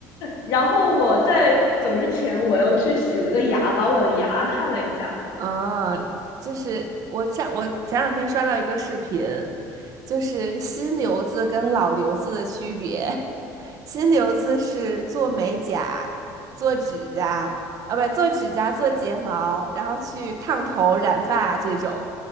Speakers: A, on the left; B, on the right.
A: 然后我在走之前，我又去洗了个牙，把我的牙看了一下。
B: 啊，就是我前我前两天刷到一个视频，就是新留子跟老留子的区别。<laughs> 新留子是做美甲、做指甲啊，不是做指甲、做睫毛，然后去烫头、染发这种。